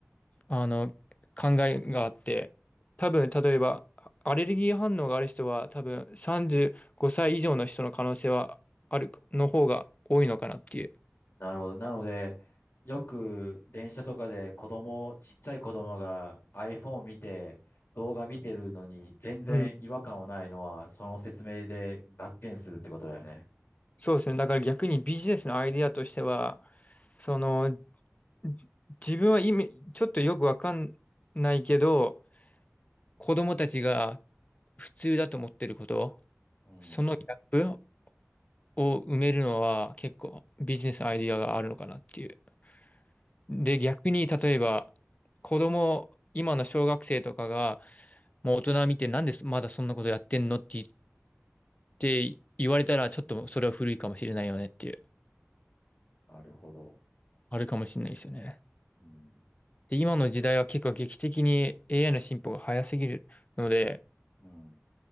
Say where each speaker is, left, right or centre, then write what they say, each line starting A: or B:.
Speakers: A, on the left; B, on the left.
A: あの、考えがあって、多分、例えば、アレルギー反応がある人は、多分、35歳以上の人の可能性はある、の方が多いのかなっていう。
B: なるほど。なので、よく電車とかで子供、ちっちゃい子供が iPhone 見て、動画見てるのに全然違和感をないのは、
A: うん。
B: その説明で合点するってことだよね。
A: そうですね。だから逆にビジネスのアイディアとしては、その、じ自分は意味、ちょっとよくわかんないけど、子供たちが普通だと思ってること、
B: うん、
A: そのギャップを埋めるのは結構ビジネスアイディアがあるのかなっていう。で、逆に、例えば、子供、今の小学生とかが、もう大人見て、なんでまだそんなことやってんのって言って、言われたら、ちょっとそれは古いかもしれないよねっていう、
B: なるほど。
A: あるかもしれないですよね。
B: うん。
A: で、今の時代は結構劇的に AI の進歩が早すぎるので、
B: うん、